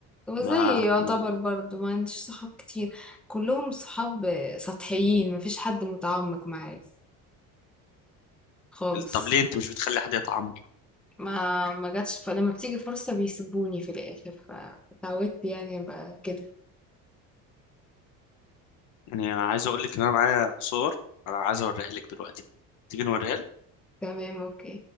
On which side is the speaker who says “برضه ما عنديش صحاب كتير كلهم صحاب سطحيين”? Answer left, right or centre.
Centre